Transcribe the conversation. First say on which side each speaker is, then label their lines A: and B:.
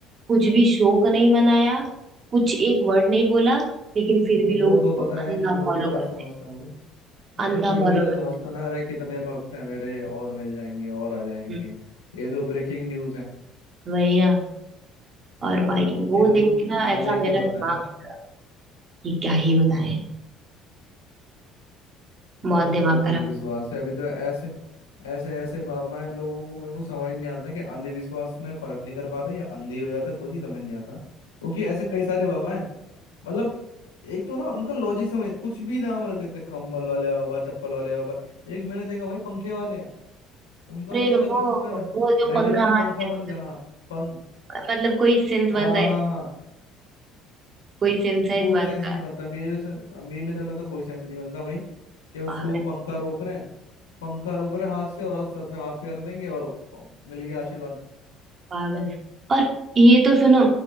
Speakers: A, on the right (about 40°); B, on the left (about 75°).
A: कुछ भी शोक नहीं मनाया कुछ एक वर्ड नहीं बोला लेकिन फिर
B: वो
A: भी लोग उसको
B: तो पता
A: अंधा
B: है कीड़ों
A: फॉलो
B: की तरह
A: करते
B: समझता
A: हैं
B: है वो वो
A: अंधा
B: तो कीड़ों
A: फॉलो
B: की तरह
A: करते
B: समझता ना अरे कितने भक्त हैं मेरे और मिल जाएंगे और आ जाएंगे
A: हैं
B: ये तो ब्रेकिंग न्यूज़ है
A: हम्म, वही ना और
B: अरे ना,
A: भाई
B: उनके
A: वो
B: लिए
A: देख
B: तो
A: के ना ऐसा
B: मजे
A: मेरा
B: की बात
A: दिमाग
B: है ना
A: खराब कि क्या ही बताएं बहुत
B: अरे बहुत
A: दिमाग खराब
B: अंधविश्वास है अभी तो ऐसे ऐसे ऐसे बाबा है लोगों को मेरे को समझ नहीं आता कि अंधविश्वास में फर्क नहीं कर पाते या अंधे हो जाते खुद ही समझ नहीं आता क्योंकि ऐसे कई सारे बाबा हैं मतलब एक तो ना उनका लॉजिक समझ कुछ भी नाम रख देते कम्बल वाले बाबा चप्पल वाले बाबा एक मैंने देखा भाई पंखे वाले हैं उनका
A: अरे
B: भी अलग
A: वो
B: ही सिस्टम है
A: वो जो
B: बैठे
A: पंखा
B: बैठे पंखा
A: हाथ में
B: बंद कर हाँ पंख
A: मतलब कोई सेंस
B: हाँ
A: बन रहा है
B: हाँ हाँ
A: कोई सेंस है
B: कोई
A: इस बात
B: सेंस
A: का
B: नहीं बनता मेरे से- मेरी नजर में तो कोई सेंस नहीं बनता भाई कि उसको
A: पागल
B: पंखा रोक रहे हैं पंखा रोक रहे हैं हाथ से और आप सर पे हाथ फेर देंगे और मिल गया आशीर्वाद
A: पागल और ये तो सुनो